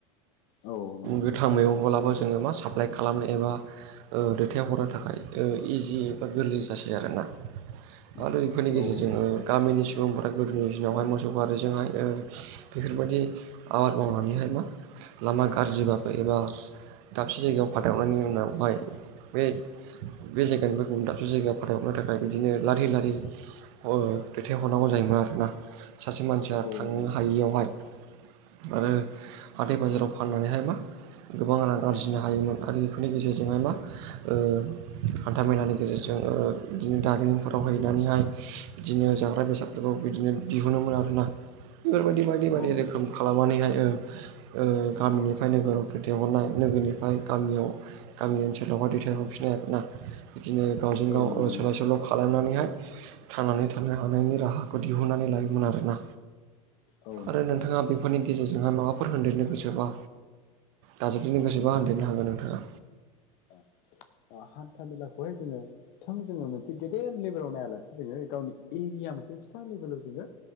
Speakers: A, on the left; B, on the right.
A: औ नंगौ
B: गोथां
A: नंगौ
B: मैगं ब्लाबो जोङो मा साप्लाइ खालामनो एबा ओ दैथाय हरनो थाखाय ओ इजि एबा गोरलै जासै आरो ना? <unintelligible>
A: उम
B: आरो इफोरनि
A: औ
B: गेजेरजों
A: नंगौ
B: ओ गामिनि सुबुंफोरा गोदोनि दिनावहाय मोसौ गारिजोंहाय ओ बेफोरबायदि आबाद मावनानैहाय मा लामा गाज्रिबाबो एबा दाबसे जायगायाव फाथायहरनायनि उनावहाय बे बे जायगानिफ्राय गुबुन दाबसे जायगायाव फाथाय हरनो थाखाय बिदिनो लारि लारि अ दैथायहरनांगौ जायोमोन आरोना सासे मानसिया
A: औ
B: थांनो
A: औ नंगौ
B: हायियावहाय
A: <inaudible>
B: आरो हाथाय बाजाराव फाननानैहाय मा गोबां रां आरजिनो हायोमोन आरो बेफोरनि गेजेरजोंहाय मा ओ हान्था मेलानि गेजेरजों ओ बिदिनो दारिमिनफोराव हैनानैहाय बिदिनो जाग्रा बेसादफोरखौ बिदिनो दिहुनोमोन आरो ना बेफोरबायदि बायदि बायदि
A: औ नंगौ
B: रोखोम
A: नंगौ
B: खालामनानैहाय ओ ओ गामिनिफ्राय नोगोराव दैथथायहरनाय नोगोरनिफ्राय गामियाव गामि ओनसोलाव दैथाय हरफिननो आरोना बिदिनो गावजों
A: औ
B: गाव
A: नंगौ नंगौ
B: सोलाय
A: औ
B: सोल' खालामनानैहाय थांनानै थानो हानायनि राहाखौ दिहुननानै लायोमोन आरोना
A: औ नंगौ
B: आरो
A: नंगौ
B: नोंथाङा बेफोरनि गेजेरजोंहाय माबाफोर होनदेरनो गोसोबा दाजाबनो गोसोबा होनदेरनो हागोन नोंथाङा।
A: ओ। अ हान्था मेलाखौहाय जोङो थोंजोङै मोनसे गेदेर लेभेलाव नायालासे जोङो गावनि एरिया मोनसे फिसा लेभेलाव जोङो